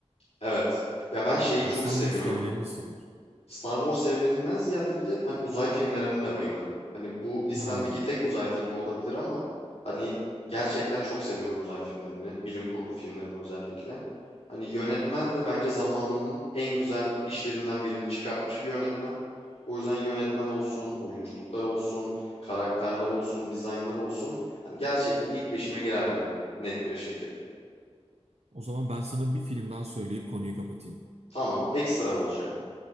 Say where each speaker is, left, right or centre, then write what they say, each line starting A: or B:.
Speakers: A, on the left; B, on the right.
A: Evet. Ya ben şeyi
B: Yani
A: çok
B: Star
A: seviyorum.
B: Wars evrenini seviyorsun.
A: Star Wars evreninden ziyade bir de hani uzay filmlerine de bayılırım. Hani bu listemdeki
B: Ha.
A: tek uzay filmi olabilir ama hani gerçekten çok seviyorum uzay filmlerini, bilim kurgu filmlerini özellikle. Hani yönetmen de bence zamanının en güzel işlerinden birini çıkartmış bir yönetmen. O yüzden yönetmen olsun, oyunculuklar olsun, karakterler olsun, dizaynlar olsun. Hani gerçekten ilk beşime girer benim net bir şekilde.
B: O zaman ben sana bir film daha söyleyip konuyu kapatayım.
A: Tamam, ekstra mı olacak mı?